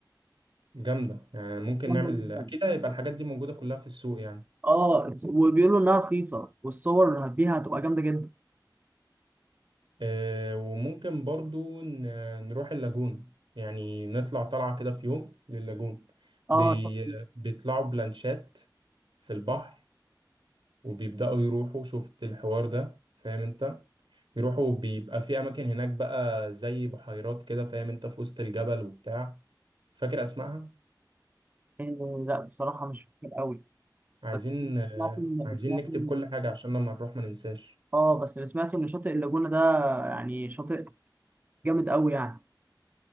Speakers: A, on the right; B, on the right.
A: جامدة يعني ممكن
B: جامده
A: نعمل
B: جدا
A: اكيد هيبقى الحاجات دي موجودة كلها في السوق يعني
B: اه الس- وبيقولوا انها رخيصه والصور اللي فيها هتبقى جامده جدا
A: آه، وممكن برضو ن- نروح اللاجون يعني نطلع طلعة كده في يوم لللاجون
B: اه
A: بي...
B: طب-
A: بيطلعوا بلانشات في البحر وبيبدأوا يروحوا شفت الحوار ده فاهم انت يروحوا بيبقى في أماكن هناك بقى زي بحيرات كده فاهم انت في وسط الجبل وبتاع فاكر أسمائها؟
B: آه، لا بصراحه مش فاكر قوي
A: عايزين
B: بس
A: آه،
B: سمعت ان
A: عايزين
B: سمعت
A: نكتب
B: ان
A: كل حاجة عشان لما نروح ما ننساش
B: اه بس اللي سمعته ان شاطئ اللاجونه ده يعني شاطئ جامد قوي يعني